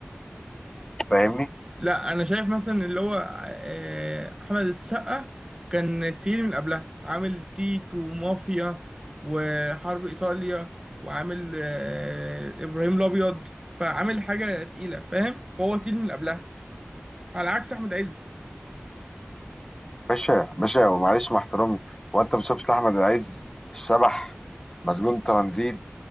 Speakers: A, on the left; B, on the right.
A: فاهمني
B: لا انا شايف مثلا اللي هو آه، احمد السقا كان تقيل من قبلها عامل تيت ومافيا وحرب ايطاليا وعامل آه، ابراهيم الابيض فعامل حاجه تقيله فاهم فهو تقيل من قبلها على عكس احمد عز
A: باشا باشا ومعلش مع احترامي وانت ما شفتش احمد عز الشبح مسجون ترانزيت